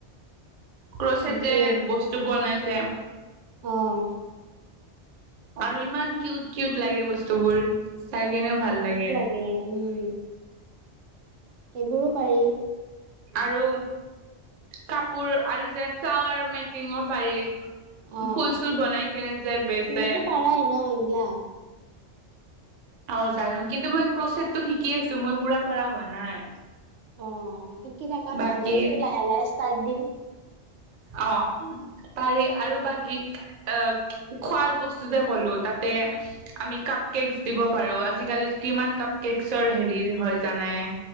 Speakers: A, on the right (about 45°); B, on the right (about 80°).
A: ক্ৰচেট
B: সেইটোৱে
A: যে বস্তু বনাই যে।
B: অঁহ।
A: আৰু ইমান কিউট কিউট লাগে বস্তুবোৰ, চাই কেনেও ভাল লাগে।
B: উম। সেইবোৰো পাৰি।
A: আৰু, কাপোৰ আৰু যে ফ্লাৱাৰ মেকিঙৰ পাৰি।
B: অ
A: ফুল চুল বনাই কেনে যে বেচে।
B: তুমিতো পাৰাই ন বিলাক।
A: অ জানো কিন্তু মই ক্ৰচটটো শিকি আছো মই পুঢৰা পাৰা হোৱা নাই।
B: অ শিকি থকা
A: বাকী
B: নহলে এইটো লাহে লাহে ষ্টাৰ্ট দিম।
A: অ পাৰি আৰু বাকী, অ খোৱা বস্তু যে ক'লো তাতে- আমি কাপ কেকচ দিব পাৰো আজিকালি কিমান কাপ কেকচৰ হেৰি হয় জানাই।